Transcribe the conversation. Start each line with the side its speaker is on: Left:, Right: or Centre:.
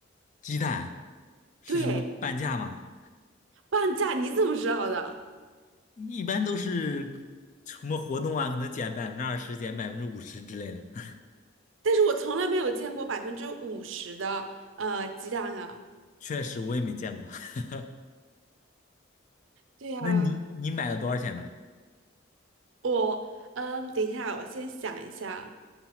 Left: 鸡蛋是什么半价吗？
Right: 对。半价你怎么知道的？
Left: 一般都是什么活动啊，可能减百分之二十、减百分之五十之类的。<laughs>
Right: 但是我从来没有见过百分之五十的呃鸡蛋啊。
Left: 确实，我也没见过。<laughs>
Right: 对呀，
Left: 那你你买了多少钱呢？
Right: 我嗯，等一下，我先想一下。